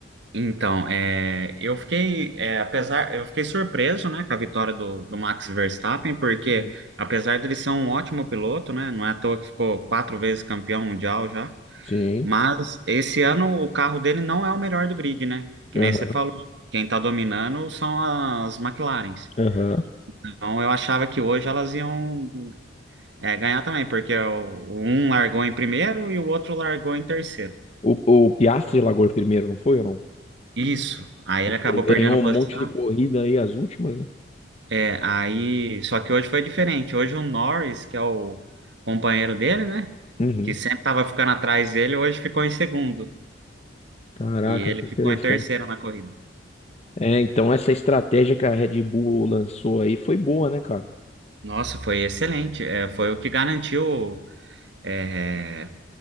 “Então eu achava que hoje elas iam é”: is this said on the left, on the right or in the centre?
Right